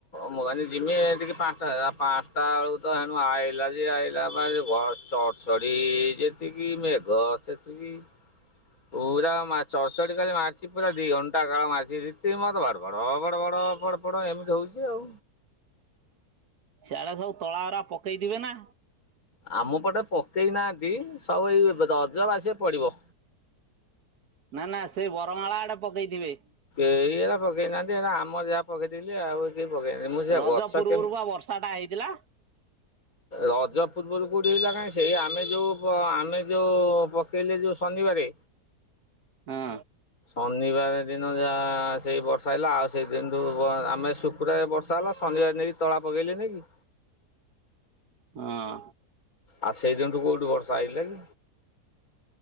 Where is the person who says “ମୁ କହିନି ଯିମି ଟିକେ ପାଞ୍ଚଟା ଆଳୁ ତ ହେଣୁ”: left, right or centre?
Left